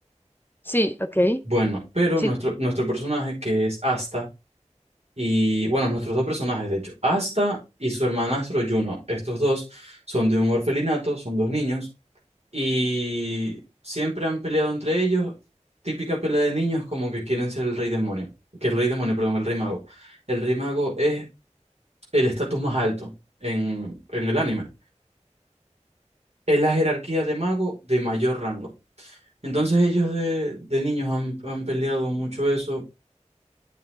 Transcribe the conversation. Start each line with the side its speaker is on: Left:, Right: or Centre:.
Left: Sí, ok.
Right: Bueno, pero
Left: Sí.
Right: nuestro, nuestro personaje, que es Asta, Y bueno, nuestros dos personajes, de hecho, Asta y su hermanastro Juno. Estos dos son de un orfelinato, son dos niños y siempre han peleado entre ellos. Típica pelea de niños como que quieren ser el rey demonio, que el rey demonio, perdón, el rey mago. El rey mago es el estatus más alto en, en el anime. Es la jerarquía de mago de mayor rango. Entonces ellos de, de niños han, han peleado mucho eso,